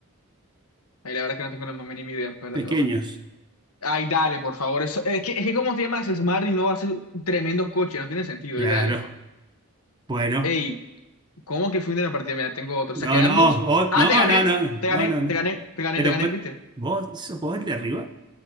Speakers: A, on the left; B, on the right.
A: Ahí la verdad es que no tengo la más mínima idea. Espérate,
B: Pequeños.
A: Ay, dale, por favor. Eso, es que, es que como se llama ese Smart y no hace tremendos coches, no tiene sentido.
B: Claro.
A: Ay, dale.
B: Bueno.
A: Ey, ¿cómo que fin de la partida? Mira, tengo otro.
B: No,
A: O sea, quedamos.
B: no, o-
A: Ah,
B: no,
A: te gané,
B: no, no,
A: te gané,
B: no, no, no.
A: te gané, te gané,
B: Pero,
A: te gané,
B: pe-
A: ¿viste?
B: ¿vos sos vos el de arriba?